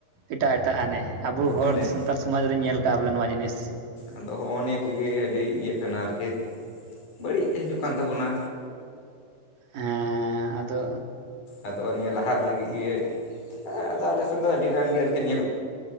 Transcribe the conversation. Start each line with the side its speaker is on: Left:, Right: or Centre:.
Right: ᱮᱴᱟᱜ ᱮᱴᱟᱜ ᱟᱱᱮ ᱟᱵᱚ ᱦᱚᱲ
Left: ᱮᱱᱮᱡ
Right: ᱥᱟᱱᱛᱟᱲ ᱥᱚᱢᱟᱡᱽ ᱨᱤᱧ ᱧᱮᱞ ᱠᱟᱜᱼᱟ ᱵᱚᱞᱮ ᱱᱚᱣᱟ ᱡᱤᱱᱤᱥ
Left: ᱟᱫᱚ ᱦᱚᱜᱼᱚᱭ ᱱᱤᱭᱟᱹ ᱠᱚᱜᱮ ᱟᱹᱰᱤ ᱤᱭᱟᱹᱜ ᱠᱟᱱᱟ ᱟᱨᱠᱤ ᱵᱟᱹᱲᱤᱡ ᱦᱤᱡᱩᱜ ᱠᱟᱱ ᱛᱟᱵᱚᱱᱟ
Right: ᱦᱮᱸ ᱟᱫᱚ
Left: ᱟᱫᱚ ᱱᱤᱭᱟᱹ ᱞᱟᱦᱟ ᱞᱟᱹᱜᱤᱫ ᱜᱮ ᱠᱚ ᱟᱫᱚ ᱟᱞᱮ ᱥᱮᱱ ᱫᱚ ᱟᱹᱰᱤᱜᱟᱱ ᱜᱮ ᱟᱨᱠᱤ ᱱᱤᱭᱟᱹ ᱠᱚᱫᱚ